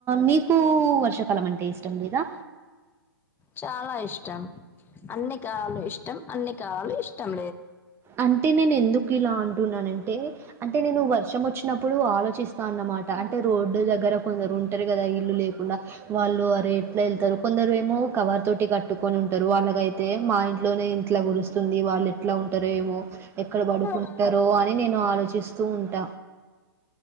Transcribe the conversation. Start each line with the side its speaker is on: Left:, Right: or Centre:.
Right: మీకు వర్షాకాలం అంటే ఇష్టం లేదా
Left: చాలా ఇష్టం అన్ని కాలాలు ఇష్టం
Right: అంటే నేను ఎందుకు ఇలా అంటున్నాను అంటే నేను వర్షం వచ్చినప్పుడు ఆలోచిస్తా అన్నమాట అంటే రోడ్డు దగ్గర కొందరు ఉంటారు కదా ఇల్లు లేకుండా వాళ్ళు అ రే ఎట్లా ఏళ్తారు కొందరు ఏమో కవర్ తోటి కట్టుకొని ఉంటారు వాళ్ళగయితే మా ఇంట్లోనే ఇంట్లా గురుస్తుంది వాళ్ళు ఎట్లా ఉంట ఉంటారేమో ఎక్కడ పడుకుంటారో
Left: ఆ
Right: అని నేను ఆలోచిస్తూ ఉండ